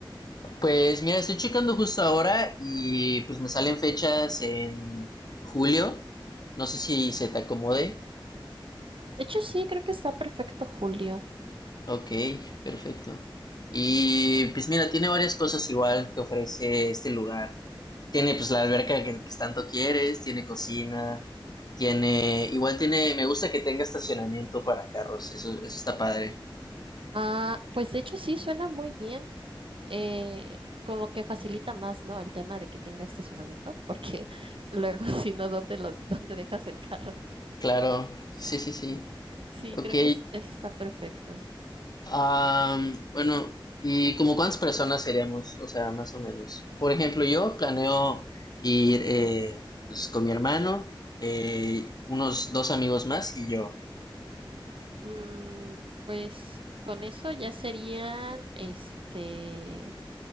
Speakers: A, on the left; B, on the right.
A: Pues mira, estoy checando justo ahora y pues me salen fechas en julio. No sé si se te acomode.
B: De hecho, sí, creo que está perfecto julio.
A: Ok, perfecto. Y pues mira, tiene varias cosas igual que ofrece este lugar. Tiene pues la alberca que pues, tanto quieres, tiene cocina, tiene, igual tiene, me gusta que tenga estacionamiento para carros, eso, eso está padre.
B: Ah, pues de hecho sí, suena muy bien. Eh, como que facilita más, ¿no? El tema de que tenga estacionamiento, porque <laughs> luego si no, ¿dónde lo, dónde dejas el carro?
A: Claro, sí, sí, sí.
B: Sí,
A: Ok,
B: creo que es- eso está perfecto.
A: am, bueno, ¿y como cuántas personas seríamos? O sea, más o menos. Por ejemplo, yo planeo ir eh, pues, con mi hermano, eh, unos dos amigos más y yo.
B: Mm, pues con eso ya serían, este,